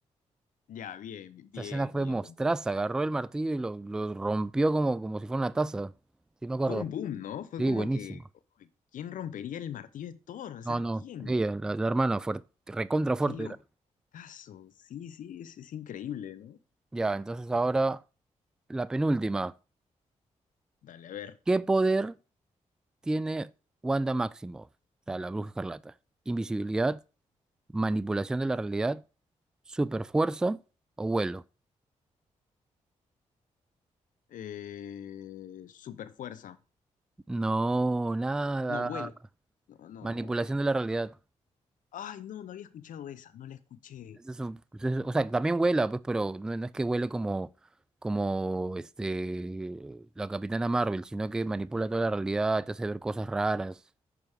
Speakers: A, on the left; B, in the centre.
A: Ya, bien, bi- bien,
B: Esa escena fue
A: bien,
B: mostraza.
A: bien.
B: Agarró el martillo y lo, lo rompió como, como si fuera una taza. Sí, me acuerdo.
A: Fue un boom, ¿no? Fue
B: Sí,
A: como
B: buenísimo.
A: que, uy, ¿quién rompería el martillo de Thor? O
B: No,
A: sea,
B: no.
A: ¿quién?
B: Ella, la, la hermana, fuerte. Recontra fuerte
A: Qué locazo.
B: era.
A: Sí, sí, es, es increíble, ¿no?
B: Ya, entonces ahora la penúltima.
A: Dale, a ver.
B: ¿Qué poder tiene Wanda Maximoff? O sea, la Bruja Escarlata. Invisibilidad, manipulación de la realidad Super fuerza o vuelo.
A: Eh, super fuerza.
B: No, nada.
A: No, vuelo. No, no.
B: Manipulación de la realidad.
A: Ay, no, no había escuchado esa, no la escuché.
B: Ese es un- ese es- o sea, también vuela, pues, pero no, no es que vuele como, como este, la Capitana Marvel, sino que manipula toda la realidad, te hace ver cosas raras.